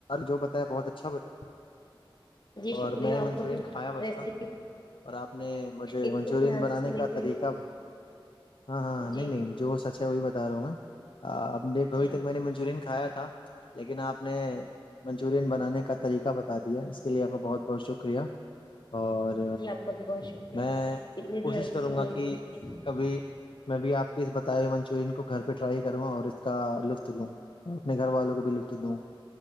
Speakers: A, on the left (about 70°); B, on the left (about 50°).
A: جو تا بہت اچھا بتا
B: جی
A: اور
B: شکریہ
A: میں نے
B: آپ
A: منچورین
B: کا بھی
A: کھایا بس
B: ریسیپی
A: تھا اور آپ نے مجھے
B: اتنے
A: منچورین
B: دھیان
A: بنانے
B: سے سننے
A: کا
B: کے
A: طریقہ
B: لیے
A: ہاں ہاں نہیں
B: جی
A: نہیں سچا ہے وہی بتا رہا ہوں میں ب نے اھبھی
B: جی
A: تک میں نے منچورین کھایا تھا لیکن آپ نے منچورن بنانے کا طریقہ بتا دیا اس لیے آپ کا بہت بہت شکریہ اور
B: جی آپ کا بھی بہت شکریہ
A: میں
B: اتنے
A: کوشش
B: دھیان سے
A: کروں
B: سننے
A: گا کہ
B: کے لیے
A: کبھی میں بھی آپ منچورن کو گھر پہ ٹائی کروں اور اس کا لطف لوں اپنے گھر والوں کو بھی لطف دوں